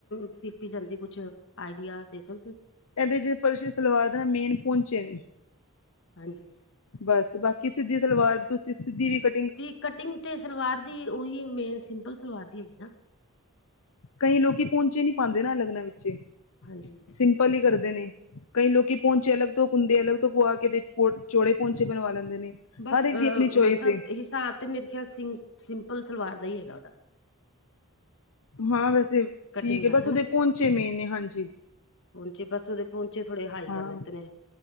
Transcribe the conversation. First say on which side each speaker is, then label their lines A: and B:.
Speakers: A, on the left; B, on the left.
A: ਸੀਤੀ ਜਾਂਦੀ ਕੁਛ ਆਈਡੀਆ ਦੇ ਸਕਦੇ ਓ?
B: ਏਦੇ ਚ ਫਰਸ਼ੀ ਸਲਵਾਰ ਦੇ ਨੇ ਮੇਨ ਪੋਂਚੇ ਨੇ।
A: ਹਾਂਜੀ।
B: ਬਸ, ਬਾਕੀ ਸਿੱਧੀ ਸਲਵਾਰ ਤੁਸੀ ਸਿੱਧੀ ਵੀ ਕ
A: ਤੇ ਕਟਿੰਗ ਤੇ ਸਲਵਾਰ ਦੀ ਓਹੀਯੋ ਮੇਨ ਸਿੰਪਲ ਸਲਵਾਰ ਦੀ ਹੈਗੀ ਨਾ?
B: ਕਈਂ ਲੋਕੀ ਪੋਂਚੇ ਨੀਂ ਪਾਂਦੇ ਨਾ ਅਲਗ ਨਾਲ ਵਿਚੇ,
A: ਹਾਂਜੀ
B: ਸਿੰਪਲ ਈ ਕਰਦੇ ਨੇ। ਕਈਂ ਲੋਕੀ ਪੋਂਚੇ ਅਲੱਗ ਤੋਂ ਕੁੰਦੇ ਅਲੱਗ ਤੋਂ ਪੁਆ ਕੇ ਚੋੜੇ ਪੋਂਚੇ ਬਣਵਾ ਲੈਂਦੇ ਨੇ।
A: ਬਸ
B: ਹਰ
A: ਅ
B: ਇੱਕ ਦੀ ਆਪਣੀ ਚੋਇਸ
A: ਮਤਲਬ
B: ਏ
A: ਹਿਸਾਬ ਤੇ ਮੇਰੇ ਖਿਆਲ ਸਿੰ ਸਿੰਪਲ ਸਲਵਾਰ ਦਾ ਈ ਹੈਗਾ ਓਦਾ।
B: ਹਾਂ ਵੈਸੇ ਠੀਕ
A: ਕਟਿੰਗ
B: ਏ,
A: ਦਾ
B: ਬਸ ਓਦੇ ਪੋਂਚੇ ਮੇਨ ਨੇ, ਹਾਂਜੀ।
A: ਪੋਂਚੇ, ਬਸ ਓਦੇ ਪੋਂਚੇ ਥੋੜੇ ਹਾਈ
B: ਹਾਂ
A: ਕਰ ਦਿੱਤੇ ਨੇ।